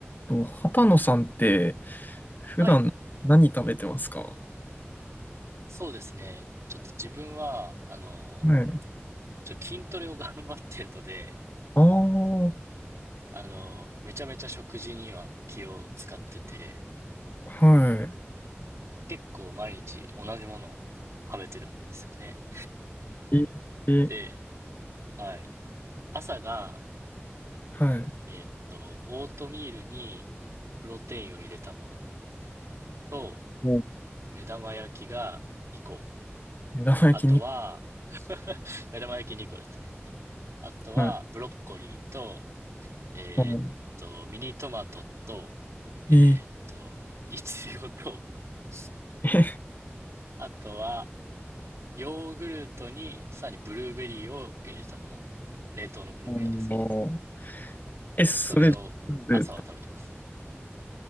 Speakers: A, on the left; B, on the right.
A: と、畑野さんって、普段何食べてますか
B: はい、そうですね。ちょっと自分は、あの、
A: はい。
B: ちょ、筋トレを <laughs> 頑張ってるので、
A: ああ、
B: あの、めちゃめちゃ食事には気を使ってて、
A: は
B: 結構毎日同じものを食べてるんですよね。
A: い。ええ、
B: で、はい。朝が、
A: はい。
B: えーっと、オートミールにプロテインを入れたものと、
A: もう
B: 目玉焼きが2個。
A: 目玉焼きに、
B: あとは、目玉焼き2個ですね。あとは、
A: はい。
B: ブロッコリーとえーっと、
A: もう、
B: ミニトマトと、えーっと、
A: ええ、
B: いちごと、<laughs>
A: え
B: あとは、ヨーグルトに、さらにブルーベリーを入れたもの。冷凍のブルーベリーですね。
A: あの、え、それ、
B: それを、
A: 全部、
B: 朝は食べてます。